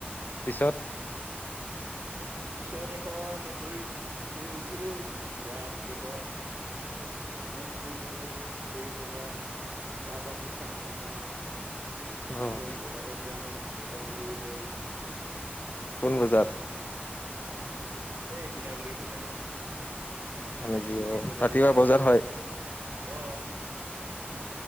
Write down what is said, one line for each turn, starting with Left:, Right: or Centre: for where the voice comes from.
Left: পিছত
Right: পিছত এইখন শুই, শুই উঠিলো, যাচ এইখন মুখ-চুখ ধুম, ধুই কিনা, চাহ পানী খাম অলপমান। পিছত
Left: অ',
Right: আকৌ বজাৰত যাম, বজাৰ কৰিবলৈ।
Left: কোন বজাৰ?
Right: এনে সীতাবৰী বজাৰত,
Left: হয় নেকি
Right: দৈনিক
Left: অ',
Right: বজাৰত
Left: ৰাতিপুৱা
Right: যাম।
Left: বজাৰ হয়
Right: অ'